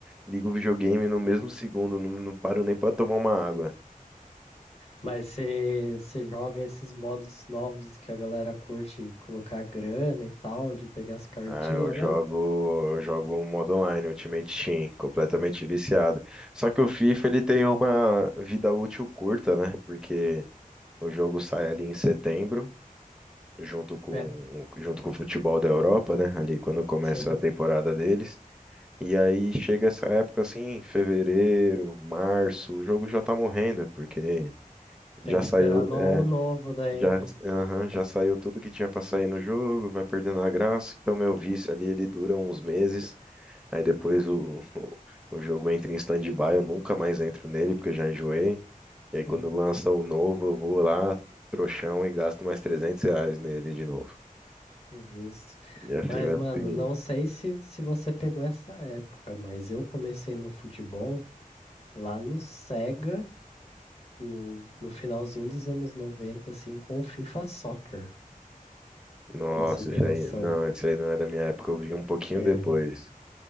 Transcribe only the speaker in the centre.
ligo o videogame no mesmo segundo, não, não paro nem pra tomar uma água.
Ah, eu jogo,
eu jogo um modo online, Ultimate Team, completamente viciado. Só que o FIFA ele tem uma vida útil curta, né? Porque o jogo sai ali em setembro, junto com
junto com o futebol da Europa, né? Ali quando começa
a temporada deles. E aí chega essa época assim, fevereiro, março, o jogo já tá morrendo, porque
já
saiu,
é,
já,
aham, já saiu tudo que tinha pra sair no jogo, vai perdendo a graça. Então meu vício ali ele dura uns meses. Aí depois o, <laughs> o jogo entra em stand-by, eu nunca mais entro nele porque eu já enjoei. E aí quando
lança o novo, eu vou lá, trouxão, e gasto mais 300 reais nele de novo.
E assim
vai
seguindo.
Nossa,
isso
aí, não, isso aí não é da minha época, eu vi um pouquinho
depois.